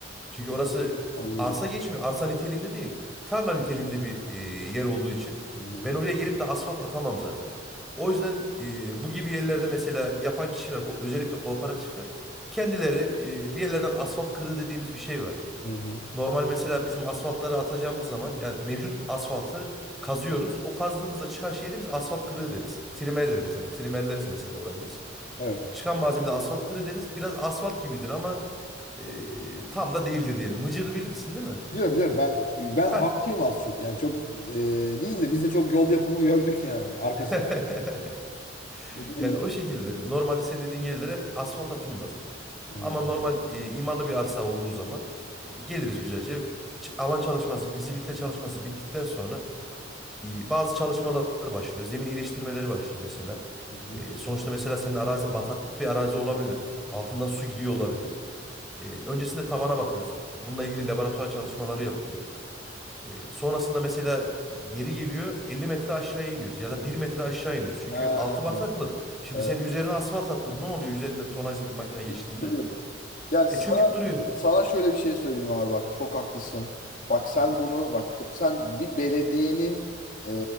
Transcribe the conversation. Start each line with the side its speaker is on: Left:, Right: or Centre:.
Centre: Çünkü orası
Left: Anladım.
Centre: arsa geçmiyor. Arsa niteliğinde değil. Tarla niteliğinde bir e, yer olduğu için
Left: Hı hı.
Centre: ben oraya gelip de asfalt atamam zaten. O yüzden e, bu gibi yerlerde mesela yapan kişiler ko- özellikle kooperatifler kendileri e, bir yerlerden asfalt kırığı dediğimiz bir şey var.
Left: Hı hı.
Centre: Normal mesela bizim asfaltları atacağımız zaman yani mevcut asfaltı kazıyoruz. O kazdığımızda çıkan şeye de biz asfalt kırığı deriz. Trimer deriz yani trimerleriz mesela orayı biz.
Left: Evet.
Centre: Çıkan malzeme asfalt kırığı deriz. Biraz asfalt gibidir ama e, tam da değildir diyelim. Mıcır bilirsin değil mi?
Left: Biliyorum biliyorum ben ben hakimim
Centre: Ha.
Left: az çok yani çok e, değil de biz de çok yol yapımı gördük yani arkasından
Centre: <laughs>
Left: gidilebiliyor.
Centre: Yani o şekildedir. Normalde senin dediğin yerlere asfalt atılmaz.
Left: Hı
Centre: Ama normal e, imarlı bir arsa olduğu zaman e, geliriz güzelce. F- ç- Alan çalışması, fizibilite çalışması bittikten sonra e, bazı çalışmalar başlıyor. Zemin iyileştirmeleri başlıyor mesela.
Left: hı.
Centre: E, sonuçta mesela senin arazin bataklık bir arazi olabilir.
Left: hı.
Centre: Altından su gidiyor olabilir. E, öncesinde tabana bakıyoruz. Bununla ilgili laboratuvar çalışmaları yapılıyor. E, sonrasında mesela yeri geliyor 50 metre aşağıya iniyoruz ya da bir metre aşağı iniyoruz. Çünkü
Left: Ha,
Centre: altı bataklık. Şimdi
Left: evet.
Centre: sen üzerine asfalt attın ne oluyor üzerinden tonajlı bir makine
Left: Çünkü
Centre: geçtiğinde?
Left: duruyor. Yani
Centre: E çöküp duruyor.
Left: Sana şöyle bir şey söyleyeyim abi bak çok haklısın. Bak sen
Centre: Hı hı,
Left: bunu bak ko- sen bir belediyenin e,